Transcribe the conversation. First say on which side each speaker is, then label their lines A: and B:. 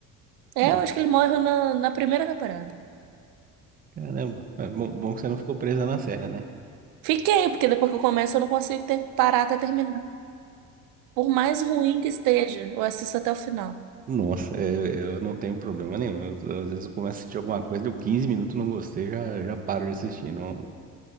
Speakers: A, on the right; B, on the right.
A: É,
B: Bom,
A: eu acho que ele morre na, na primeira temporada.
B: caramba. É bom, bom que você não ficou presa na série, né?
A: Fiquei, porque depois que eu começo eu não consigo ter, parar até terminar. Por mais ruim que esteja, eu assisto até o final.
B: Nossa, é, eu não tenho problema nenhum. Eu- eu, às vezes eu começo a assistir alguma coisa, deu 15 minutos, não gostei, já, já paro de assistir. Não